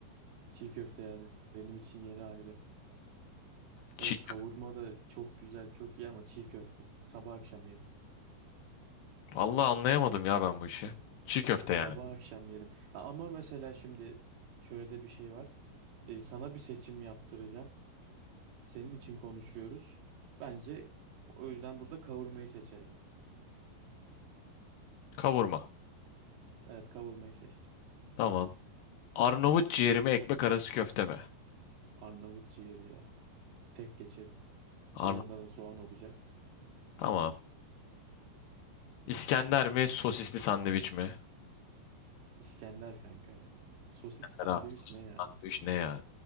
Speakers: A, on the right; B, on the left.
A: Çiğ köfte yani. Benim için yeri ayrı.
B: çiğ
A: Evet kavurma da çok güzel, çok iyi ama çiğ köfte. Sabah akşam yerim.
B: Vallahi anlayamadım ya ben bu işi. Çiğ köfte
A: Sabah
B: yani.
A: akşam yerim. A- Ama mesela şimdi şöyle de bir şey var. Ee, sana bir seçim yaptıracağım. Senin için konuşuyoruz. Bence o yüzden burada kavurmayı seçelim.
B: Kavurma.
A: Evet kavurmayı seçtim.
B: Tamam. Arnavut ciğeri mi ekmek arası köfte mi?
A: Arnavut ciğeri ya. Tek geçerim.
B: Arnavut.
A: Yanında da soğan olacak.
B: Tamam. İskender mi sosisli sandviç mi?
A: İskender kanka ya. Sosis sandviç
B: Herhalde.
A: ne ya?
B: Sandviç ne ya?